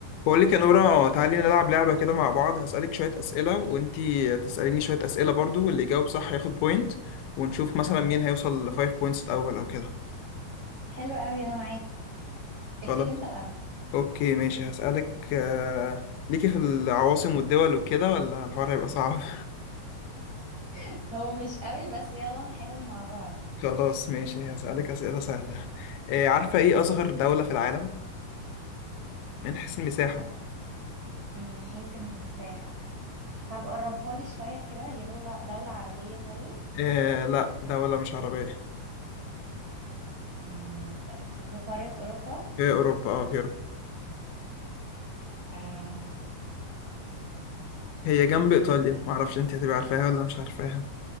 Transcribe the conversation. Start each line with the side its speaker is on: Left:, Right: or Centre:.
Left: بقول لك يا نورة تعالي نلعب لعبة كده مع بعض هسألك شوية أسئلة وانتي تسأليني شوية أسئلة برضو واللي يجاوب صح ياخد بوينت ونشوف مثلا مين هيوصل لفايف بوينتس الأول أو كده
Right: حلو قوي انا معاك
Left: خلاص
Right: ابتدي انت الاول
Left: أوكي ماشي هسألك آه، ليكي في العواصم والدول وكده ولا الحوار هيبقى صعب <laughs>
Right: <laughs> هو مش قوي بس يلا نحاول مع بعض
Left: خلاص ماشي هسألك أسئلة سهلة آه، عارفة إيه أصغر دولة في العالم من حيث المساحة
Right: آه، من حيث المساحة طب قربها لي شوية كده هي دولة دولة عربية طيب
Left: آه، لا دولة مش عربية
Right: مم، في في قارة أوروبا
Left: في أوروبا اه في أوروبا
Right: آه،
Left: هي جنب
Right: آه،
Left: إيطاليا معرفش انتي هتبقى عارفاها ولا مش عارفاها